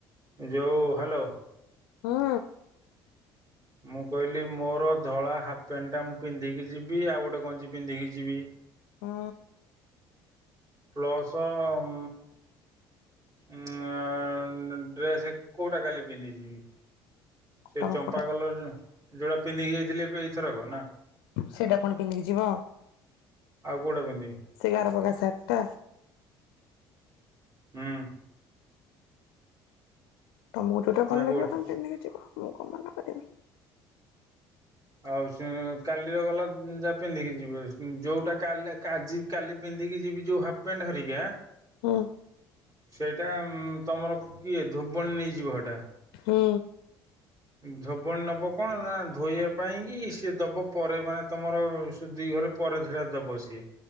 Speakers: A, on the right; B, on the left.
A: ଯଉ ହ୍ୟାଲୋ
B: ହୁଁ।
A: ମୁଁ କହିଲି ମୋର ଧଳା ହାଫ୍ ପ୍ୟାଣ୍ଟଟା ମୁଁ ପିନ୍ଧିକି ଯିବି ଆଉ ଗୋଟେ ଗଞ୍ଜି ପିନ୍ଧିକି ଯିବି
B: ହୁଁ।
A: ପ୍ଲସ ଉଁ ଉଁ ଉଁ ଡ୍ରେସ୍ କୋଉଟା କାଲି ପିନ୍ଧି ଯିବି ସେ
B: ତମେ
A: ଚମ୍ପା
B: କୋଉଟା
A: କଲର ଯ ଯୋଟା ପିନ୍ଧି ଯାଇ ଏବେ ଏଇଥରକ ନା
B: ସେଇଟା ପୁଣି ପିନ୍ଧିକି ଯିବ
A: ଆଉ କୋଉଟା ପିନ୍ଧିବି?
B: ସେଇ ଗାର ପକା ସାଟ୍ ଟା?
A: ହୁଁ।
B: ତମକୁ ଯୋଉଟା ଭଲ
A: ନା
B: ଲାଗିବ
A: କୋଉ
B: ତମେ ପିନ୍ଧି କି ଯିବ ମୁଁ କଣ ମନା କରିବି।
A: ଆଉ ସେ କାଲିର ଗଲା ଯାହା ପିନ୍ଧିକି ଯିବେ ଯଉଟା କାଲି ଆଜି କାଲି ପିନ୍ଧିକି ଯିବି ଯୋଉ ହାପ୍ ପ୍ୟାଣ୍ଟ ହରିକା
B: ହୁଁ
A: ସେଇଟା ତମର କିଏ ଧୋବଣୀ ନେଇଯିବ ସେଇଟା?
B: ହୁଁ।
A: ଧୋବଣୀ ନବ କଣ ନା ଧୋଇଆ ପାଇଁକି ସିଏ ଦବ ପରେ ମାନେ ତମର ସେ ଦି ଘରେ ପରେଥିରା ଦବ ସିଏ।